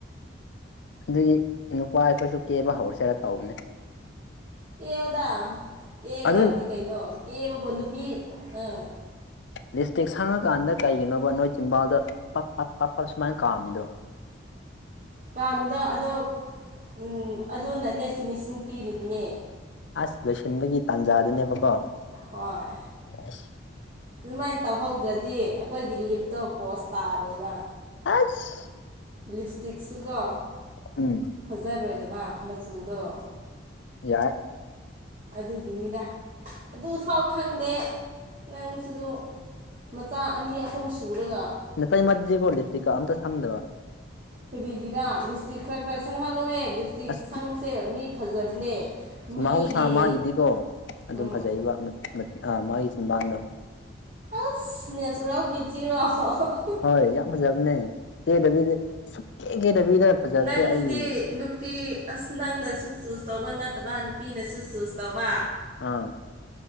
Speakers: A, on the left (about 65°); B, on the right (about 40°).
A: ꯑꯗꯨꯒꯤ ꯅꯨꯄꯥ ꯑꯩꯈꯣꯏꯁꯨ ꯀꯦꯕ ꯍꯧꯔꯁꯤꯦꯔ ꯇꯧꯕꯅꯦ
B: ꯀꯦꯌꯣꯗ ꯀꯦꯒꯗꯕꯅꯤ
A: ꯑꯗꯨ
B: ꯀꯩꯅꯣ ꯀꯦꯕꯕꯨ ꯅꯨꯄꯤ ꯑꯥ
A: ꯂꯤꯁꯇ꯭ꯤꯛ ꯁꯪꯉꯀꯥꯟꯗ ꯀꯩꯒꯤꯅꯣꯕ ꯅꯣꯏ ꯆꯤꯝꯕꯥꯜꯗ ꯄꯞ ꯄꯞ ꯄꯞ ꯄꯞ ꯁꯨꯃꯥꯏꯟ ꯀꯥꯝꯃꯤꯗꯣ
B: ꯄꯥꯝꯃꯤꯗꯣ ꯑꯗꯣ ꯎ ꯑꯗꯨꯅꯅꯦ ꯐꯤꯅꯤꯁꯤꯡ ꯄꯤꯔꯤꯅꯦ
A: ꯑꯁ ꯂꯣꯏꯁꯤꯟꯕꯒꯤ ꯇꯥꯟꯖꯥꯗꯨꯅꯦꯕꯀꯣ
B: ꯍꯣꯏ
A: ꯑꯁ
B: ꯑꯗꯨꯃꯥꯏꯅ ꯇꯧꯍꯧꯗ꯭ꯔꯗꯤ ꯑꯩꯈꯣꯏꯒꯤ ꯂꯤꯞꯇꯣ ꯄꯣꯁ ꯇꯥꯔꯣꯏꯕ
A: ꯑꯁ
B: ꯂꯤꯞꯁꯇꯤꯛꯁꯨꯀꯣ
A: ꯎꯝ
B: ꯐꯖꯔꯣꯏꯗꯕ ꯃꯆꯨꯗꯣ
A: ꯌꯥꯏ
B: ꯑꯗꯨꯒꯤꯅꯤꯗ ꯑꯗꯨꯐꯥꯎ ꯈꯪꯗꯦ ꯅꯪꯁꯨꯁꯨ ꯃꯆꯥ ꯑꯅꯤ ꯑꯍꯨꯝ ꯁꯨꯔꯒ
A: ꯅꯇꯩ ꯃꯗꯤꯀꯣ ꯂꯤꯞ ꯏꯁꯇꯤꯀꯥ ꯑꯝꯇꯥ ꯁꯪꯗꯕ꯫
B: ꯀꯔꯤꯒꯤꯔ ꯂꯤꯞ ꯏꯁꯇꯤꯛ ꯈꯔ ꯈꯔ ꯁꯪꯍꯜꯂꯣꯍꯦ ꯂꯤꯞ ꯏꯁꯇꯤꯛ
A: ꯑꯁ
B: ꯁꯪꯕꯁꯦ ꯃꯤ ꯐꯖꯕꯅꯦ꯫ ꯃꯤꯒꯤ
A: ꯃꯍꯧꯁꯥ ꯃꯥꯒꯤꯗꯤꯀꯣ ꯑꯗꯨꯝ
B: ꯎꯝ
A: ꯐꯖꯩꯕ ꯃꯠ ꯑ ꯃꯥꯒꯤ ꯆꯕꯥꯟꯗꯣ꯫
B: ꯑꯁ ꯅꯦꯆꯔꯦꯜ ꯕ꯭ꯌꯨꯇꯤ ꯔꯣ ꯍꯣꯍꯣꯑꯍ
A: ꯍꯣꯏ ꯌꯥꯝ ꯐꯖꯕꯅꯦ ꯀꯦꯗꯕꯤꯗ ꯁꯨꯛꯀꯦ ꯀꯦꯗꯕꯤꯗ꯫ ꯐꯖꯕꯁꯦ
B: ꯅꯪꯁꯤꯗꯤ
A: ꯑꯩ
B: ꯅꯨꯞꯄꯤ ꯅꯨꯄꯤ ꯑꯁ ꯅꯪꯅꯁꯨ ꯆꯨꯁ ꯇꯧꯕ ꯅꯠꯇꯕ ꯅꯨꯄꯤꯅꯁꯨ ꯆꯨꯁ ꯇꯧꯕ꯫
A: ꯑꯥ꯫